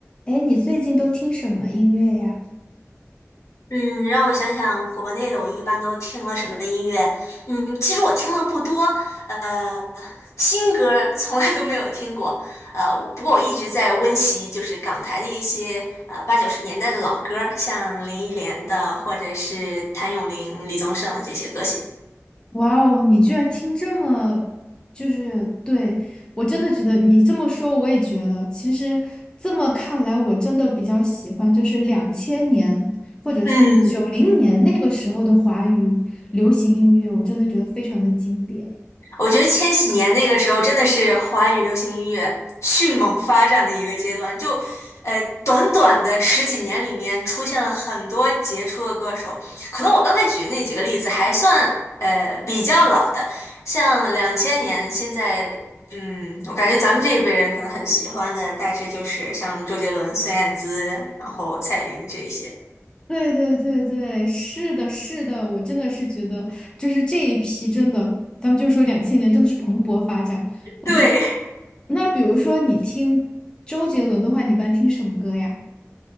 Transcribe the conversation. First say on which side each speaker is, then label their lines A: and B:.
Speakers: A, on the left; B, on the left.
A: 哎，你最近都听什么音乐呀？
B: 嗯，让我想想，国内的我一般都听了什么音乐？嗯，其实我听的不多，呃，新歌儿从来都没有听过，呃，不过我一直在温习，就是港台的一些呃八九十年代的老歌儿像林忆莲的，或者是谭咏麟、李宗盛的这些歌曲。
A: 哇哦，你居然听这么，就是对，我真的觉得你这么说，我也觉得，其实这么看来，我真的比较喜欢，就是两千年或者是九零年那个时候的华语流行音乐，
B: 嗯，
A: 我真的觉得非常的经典。
B: 我觉得千禧年那个时候真的是华语流行音乐迅猛发展的一个阶段，就呃短短的十几年里面出现了很多杰出的歌手。可能我刚才举的那几个例子还算呃比较老的，像两千年，现在嗯，我感觉咱们这一辈人可能很喜欢的大致就是像周杰伦、孙燕姿，然后蔡琳这一些。
A: 对对对对，是的，是的，我真的是觉得，就是这一批真的，咱们就说两千年真的是蓬勃发展。我觉得，
B: 对，
A: 那比如说你听周杰伦的话，你一般听什么歌呀？